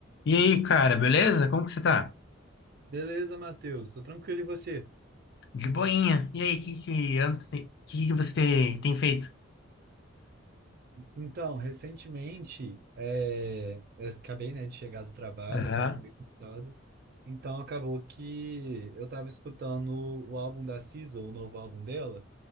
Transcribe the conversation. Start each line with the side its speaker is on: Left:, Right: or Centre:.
Left: E aí, cara, beleza? Como que você tá?
Right: Beleza, Matheus, tô tranquilo e você?
Left: De boinha. E aí, o que que anda, que que você tem, tem feito?
Right: Então, recentemente, é, eu acabei, né, de chegar do trabalho,
Left: Aham.
Right: eu tava meio cansado, então acabou que eu tava escutando o álbum da Cisa, o novo álbum dela,